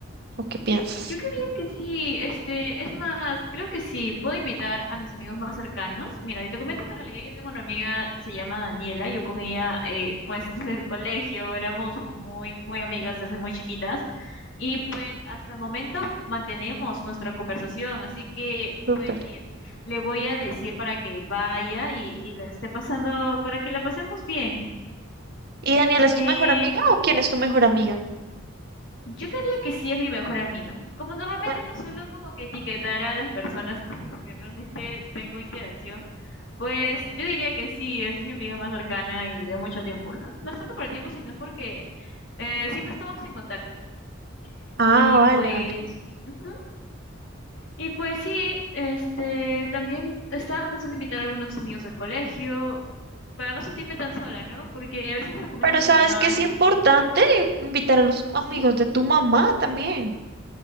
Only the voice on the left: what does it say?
Yo creería que sí, este, es más, creo que sí, puedo invitar a mis amigos más cercanos. Mira, y te comento que en realidad yo tengo una amiga, se llama Daniela, yo con ella, eh, pues <laughs> desde el colegio éramos muy, muy amigas desde muy chiquitas y pues hasta el momento mantenemos nuestra conversación, así que
pues sí, es- le voy a decir para que vaya y, y la esté pasando, para que la pasemos bien.
Eh,
Yo diría que sí es mi mejor amiga. Como normalmente
no suelo como que etiquetar a las personas <laughs> con las que realmente tengo interacción, pues yo diría que sí, es mi amiga más cercana y de mucho tiempo, ¿no? No es tanto por el tiempo, sino porque eh, siempre estamos en contacto.
Y
pues,
ujú. Y pues sí, este, también estaba pensando invitar a algunos amigos del colegio para no sentirme tan sola, ¿no? Porque a veces el compañero
de
mamá
es
como,
sí,